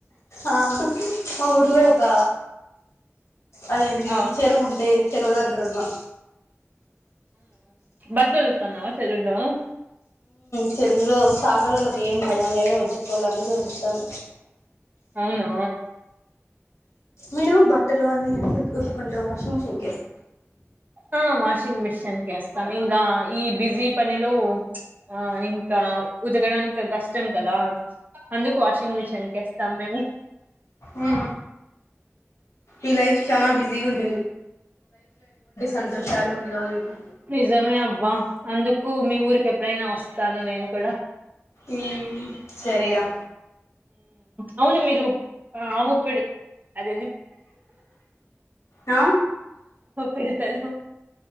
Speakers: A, on the left (about 75°); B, on the right (about 35°).
A: ఆ మా ఊరిలో ఒక అదేంది
B: ఆ
A: ఒక చెరువు ఉంటే చెరువు దగ్గర ఉన్నా
B: బట్టల ఉతుకుతున్నావా చెరువులో
A: చెరువులో చాకలిలకు వేయం కదా అందుకే మేమే వతుక్కకోవాల అనేది ఉతుకుతున్న
B: అవునా
A: మీరు బట్టలు అన్ని ఉతుకుంటారు వాషింగ్ మిషిన్
B: ఆ వాషింగ్ మిషిన్ వస్తాం ఇంకా ఈ బిజీ పనిలో ఆ ఇంకా ఉతకడానికి కష్టం కదా అందుకు వాషింగ్ మిషిన్ కేస్తాం మేము
A: ఊ ఈ లైఫ్ చాలా బిజీ ఉంది సంతోషాలు ఉండవు మీకు
B: నిజమే అబ్బా అందుకు మీ ఊరికి ఎప్పుడైనా వస్తాను నేను కూడా
A: ఉ సరే రా
B: అవును మీరు ఆవుకు అది
A: ఆ?
B: ఏది తెలుసు